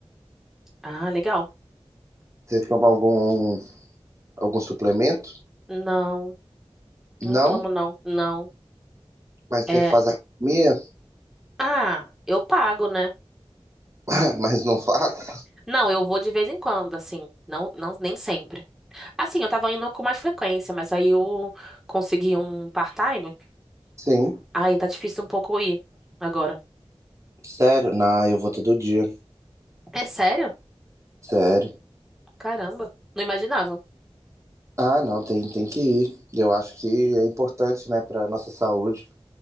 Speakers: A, in the centre; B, on the right.
A: Ah, legal.
B: Você toma algum, algum suplemento?
A: Não,
B: Não,
A: não tomo, não, não.
B: mas
A: É.
B: você faz academia?
A: Ah, eu pago, né?
B: <laughs> Mas não faço.
A: Não, eu vou de vez em quando, assim. Não, não, nem sempre. Assim, eu tava indo com mais frequência, mas aí eu consegui um part-time.
B: Sim,
A: Aí tá difícil um pouco ir agora.
B: sério? Não, eu vou todo dia,
A: É sério?
B: sério.
A: Caramba, não imaginava.
B: Ah, não, tem, tem que ir. Eu acho que é importante, né, para nossa saúde,